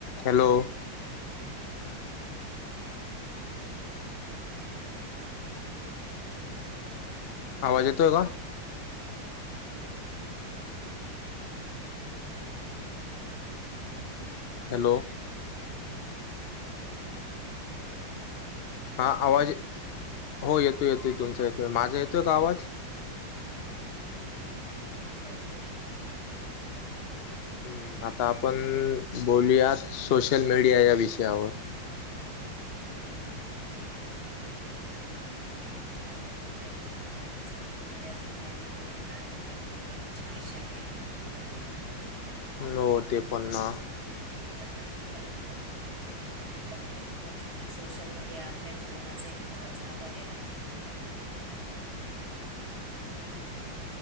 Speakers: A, on the left (about 70°); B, on the right (about 50°).
A: Hello.
B: Hello! आवाज
A: आवाज येतोय का?
B: हॅलो!
A: हॅलो!
B: हॅलो! आवाज येतोय का माझा?
A: हा आवाज, हो येतोय-येतोय, तुमचा येतोय, माझा येतोय का आवाज?
B: हो येतोय.
A: ह्म, आता आपण बोलूयात सोशल मीडिया या विषयावर.
B: हो ठीक आहे, <inaudible> सोशल मीडियाचे फायदे, तोटे काय आहे, ते पण बघूया. खूप छान विषय आहे हा.
A: नों तेपन्न
B: <inaudible> <inaudible> सोशल मीडिया आपल्या जीवनाचा एक महत्वाचा <inaudible> बनेला.